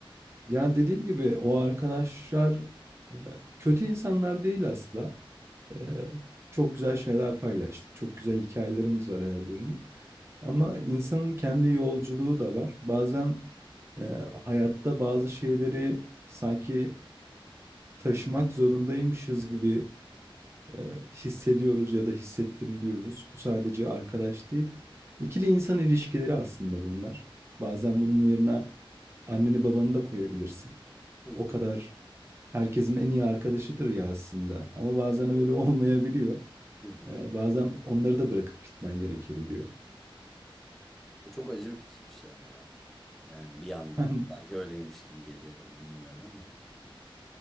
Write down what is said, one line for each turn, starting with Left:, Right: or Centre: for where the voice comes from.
Right: Ya dediğim gibi o arkadaşlar e, kötü insanlar değil asla. E, Çok güzel şeyler paylaştık. Çok güzel hikayelerimiz var her birinin. Ama insanın kendi yolculuğu da var. Bazen e, hayatta bazı şeyleri sanki taşımak zorundaymışız gibi e, hissediyoruz ya da hissettiriliyoruz. Bu sadece arkadaş değil. İkili insan ilişkileri aslında bunlar. Bazen bunun yerine anneni babanı da koyabilirsin.
Centre: Hı
Right: O
Centre: hı,
Right: kadar herkesin en iyi arkadaşıdır ya aslında. Ama bazen öyle <laughs> olmayabiliyor.
Centre: hı hı.
Right: E, bazen onları da bırakıp gitmen gerekebiliyor.
Centre: Bu çok acı verici bir şey ama ya. Yani bir yandan
Right: <laughs>
Centre: sanki öyleymiş gibi geliyor bana bilmiyorum ama